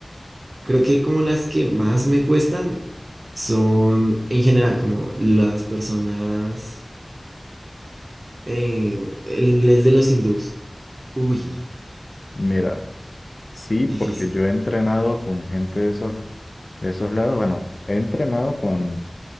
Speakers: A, on the right (about 65°); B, on the left (about 60°).
A: creo que como las que más me cuestan son en general como las personas, eh, el inglés de los hindús. Uy,
B: mira, sí, porque
A: difícil.
B: yo he entrenado con gente de esos, de esos lados. Bueno, he entrenado con,